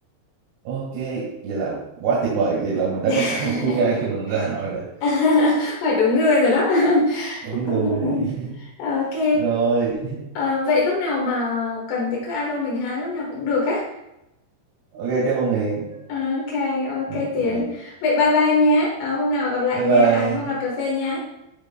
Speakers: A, on the right; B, on the left.
A: ok, vậy là quá tuyệt vời. Vậy là mình đã
B: <laughs>
A: có sẵn một tour guide khi mình ra Hà Nội rồi.
B: <laughs> hỏi đúng người rồi đó <laughs>
A: Đúng rồi. <laughs>
B: ok
A: Rồi,
B: Ờ, vậy lúc nào mà cần thì cứ alo mình ha lúc nào cũng được á
A: ok, cảm ơn Huyền.
B: ok ok
A: Ok,
B: Tiến vậy bye bye nhé Ờ, hôm nào gặp lại
A: bye
B: nha
A: bye.
B: à, hôm nào cà phê nha